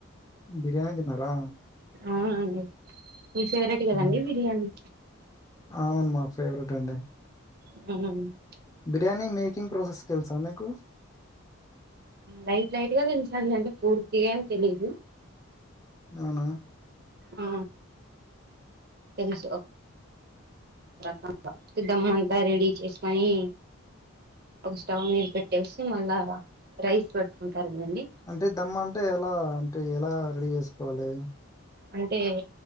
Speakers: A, on the left; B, on the right.
A: బిర్యానీ తిన్నారా
B: అవునండి మీ ఫెవరెట్ కదండి
A: ఉమ్.
B: బిర్యానీ
A: అవును మా ఫేవరెట్ అండి
B: ఎలా ఉన్నా <unintelligible>
A: బిర్యానీ మేకింగ్ ప్రాసెస్ తెలుసా మీకు
B: లైట్ లైట్ గా తెలుసండి అంటే పూర్తిగా ఏమి తెలీదు
A: అవునా.
B: ఆ తెలుసు ఓ <unintelligible> దమ్ అంతా రెడీ చేసుకొని ఒక స్టవ్ మీద పెట్టేసి మళ్ళా రైస్ పెట్టుకుంటారు కదండి
A: అంటే దమ్ అంటే ఎలా అంటే ఎలా రెడీ చేసుకోవాలి
B: అంటే